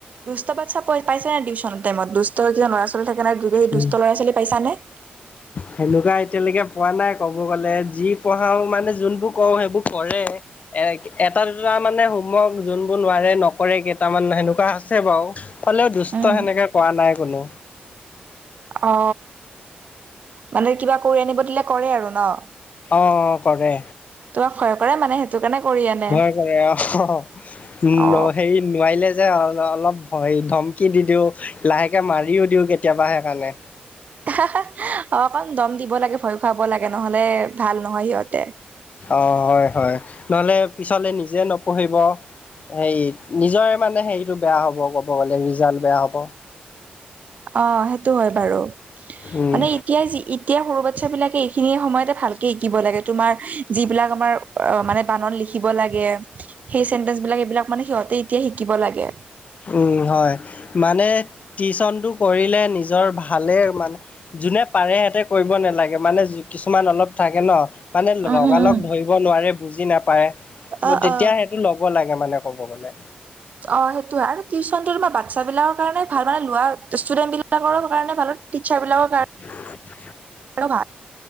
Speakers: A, on the right (about 50°); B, on the left (about 45°).
A: দুষ্ট বাচ্ছা প পাইছানে টিউচন টাইমত দুষ্ট যে ল'ৰা ছোৱালী থাকে নহয় সেই
B: উম
A: দুষ্ট ল'ৰা ছোৱালী পাইছানে? <inaudible>
B: সেনেকুৱা এতিয়ালৈকে পোৱা নাই ক'ব গ'লে যি পঢ়াও মানে যোনবোৰ কওঁ সেইবোৰ কৰে। এ এটা দুটা মানে হোমৱৰ্ক যোনবোৰ নোৱাৰে নকৰে কেইটামান সেনেকুৱা আছে বাও। হ'লেও দুষ্ট
A: উম,
B: সেনেকে কৰা নাই কোনো।
A: অ মানে কিবা কৰি আনিব দিলে কৰে আৰু ন
B: অ অ কৰে
A: তোমাক ভয় কৰে মানে সেইটো কাৰণে কৰি আনে
B: ভয় কৰে অ উ
A: অ
B: হেৰি নোৱাৰিলে যে অলপ ভয় ধমকি দি দিও লাহেকে মাৰিও দিও কেতিয়াবা সেইকাৰণে
A: হা হা অ অকণ দম দিব লাগে ভয় খুৱাব লাগে নহলে ভাল নহয় সিহঁতে
B: অ হয় হয় নহলে পিছলে নিজে নপঢ়িব হেৰি নিজৰে মানে হেৰিটো বেয়া হ'ব ক'ব গলে ৰিজাল্ট বেয়া হ'ব
A: অ সেইটো হয় বাৰু
B: উম।
A: মানে এতিয়াই এতিয়া সৰু বাচ্ছ বিলাকে এইখিনি সময়তে ভালকে শিকিব লাগে তোমাৰ যিবিলাক আমাৰ অ মানে বানান লিখিব লাগে সেই চেন্টেঞ্চ বিলাক এইবিলাক মানে সিহঁতে এতিয়া শিকিব লাগে
B: উম হয় মানে টিউচনটো কৰিলে নিজৰ ভালেই মানে যোনে পাৰে সিহঁতে কৰিব নালাগে মানে কিছুমান অলপ থাকে ন মানে
A: উম
B: লগালগ
A: উম উম
B: ধৰিব নোৱাৰে বুজি নাপায়
A: অ
B: তেতিয়া
A: অ
B: সেইটো ল'ব লাগে মানে ক'ব গ'লে
A: অ সেইটো হয় আৰু টিউচনটো তোমাৰ বাচ্ছা বিলাকৰ কাৰণে ভাল মানে লোৱাৰ ষ্টুডেন্ট বিলাক অ সেইকাৰণে ভালো টিচাৰ বিলাকৰ কাৰণে
B: <unintelligible>
A: কেনকা